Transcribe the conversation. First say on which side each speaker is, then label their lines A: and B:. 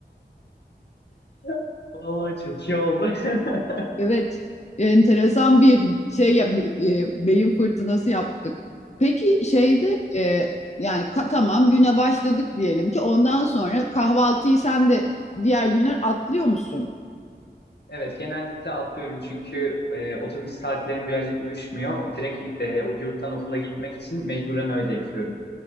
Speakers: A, on the left; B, on the left.
A: <laughs> Vallahi çok iyi oldu. <laughs>
B: Evet, enteresan bir şey yap- e, beyin fırtınası yaptık. Peki şeyde e, yani ka- tamam güne başladık diyelim ki ondan sonra kahvaltıyı sen de diğer günler atlıyor musun?
A: Evet, genellikle atlıyorum çünkü e, otobüs saatlerim birazcık uyuşmuyor. Direkt e, yurttan okula gitmek için mecburen öyle yapıyorum.